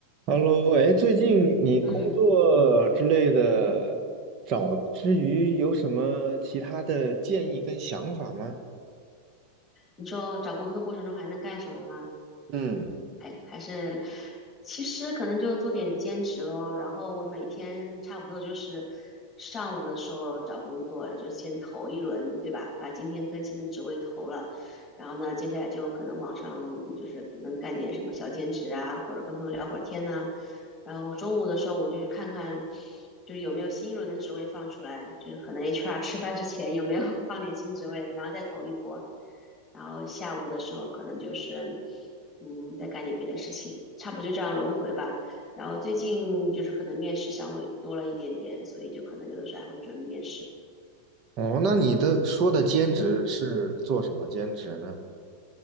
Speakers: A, on the right; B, on the left.
A: Hello，哎，最近你工作之类的找之余，
B: 嗯，
A: 有什么其他的建议跟想法吗？
B: 你说找工作过程中还能干什么吗？
A: 嗯，
B: 还还是，其实可能就做点兼职咯。然后我每天差不多就是上午的时候找工作，就先投一轮，对吧？把今天更新的职位投了，然后呢，接下来就可能网上就是可能干点什么小兼职啊，或者跟朋友聊会儿天呐、然后中午的时候我就去看看，就是有没有新一轮的职位放出来，就是可能 HR 吃饭之前有没有 <laughs> 放点新职位，然后再投一波。然后下午的时候可能就是嗯再干点别的事情，差不多就这样轮回吧。然后最近就是可能面试稍微多了一点点，所以就可能有的时候还会准备面试。
A: 哦，那你的说的兼职是做什么兼职呢？
B: 嗯，